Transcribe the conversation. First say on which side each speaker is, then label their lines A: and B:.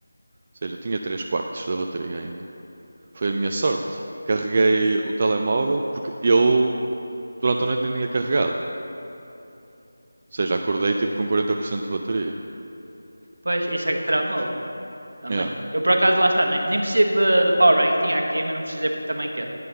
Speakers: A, on the right (about 35°); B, on the right (about 70°).
A: Ou seja, tinha três quartos da bateria ainda. Foi a minha sorte. Carreguei o telemóvel porque eu durante a noite nem tinha carregado. Ou seja, acordei tipo com 40% de bateria.
B: Pois, isso é que tramou também.
A: Yeah.
B: Eu por acaso lá está, nem, nem preciso de, de Power Rank, tinha aqui, mas não precisei porque também quer.